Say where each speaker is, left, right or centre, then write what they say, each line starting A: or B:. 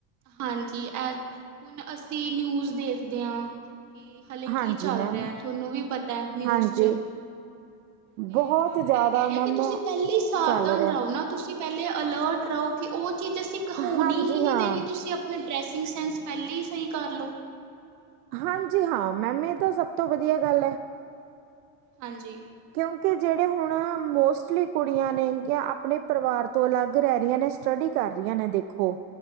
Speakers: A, on the right (about 40°); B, on the right (about 80°).
A: ਹਾਂਜੀ, ਐ ਹੁਣ ਅਸੀਂ ਨਿਊਜ਼ ਦੇਖਦੇ ਹਾਂ ਕੀ ਹਲੇ
B: ਹਾਂਜੀ
A: ਕੀ ਚੱਲ
B: ਮੈਮ
A: ਰਿਹਾ, ਤੁਹਾਨੂੰ ਵੀ ਪਤਾ ਹੈ ਨਿਊਜ਼'ਚ।
B: ਹਾਂਜੀ
A: ਤੇ
B: ਬਹੁਤ
A: ਮੈਂ ਇਹ
B: ਜ਼ਿਆਦਾ
A: ਕਹਿ ਰਹੀ
B: ਮੈਮ
A: ਹਾ, ਕਿ ਤੁਸੀਂ ਪਹਿਲੇ ਸਾਵਧਾਨ
B: ਚੱਲ ਰਿਹਾ
A: ਰਹੋ ਨਾ, ਤੁਸੀਂ ਪਹਿਲੇ ਅਲਰਟ ਰਹੋ, ਕਿ ਉਹ ਚੀਜ਼ ਅਸੀਂ, ਕਹਾਉਣ
B: ਹਾਂਜੀ
A: ਹੀ ਨਹੀਂ
B: ਹਾਂ,
A: ਦੇਣੀ। ਤੁਸੀਂ ਆਪਣਾ ਡਰੈਸਿੰਗ ਸੈਂਸ, ਪਹਿਲੇ ਹੀ ਸਹੀ ਕਰ ਲਓ।
B: ਹਾਂਜੀ ਹਾਂ, ਮੈਮ ਇਹ ਤਾਂ ਸਭ ਤੋਂ ਵਧੀਆ ਗੱਲ ਹੈ।
A: ਹਾਂਜੀ।
B: ਕਿਉਂਕਿ ਜਿਹੜੇ ਹੁਣ ਮੋਸਟਲੀ ਕੁੜੀਆਂ ਨੇ, ਜਾਂ ਆਪਣੇ ਪਰਿਵਾਰ ਤੋਂ ਅਲੱਗ ਰਹਿ ਰਹੀਆਂ ਨੇ, ਸਟੱਡੀ ਕਰ ਰਹੀਆਂ ਨੇ ਦੇਖੋ।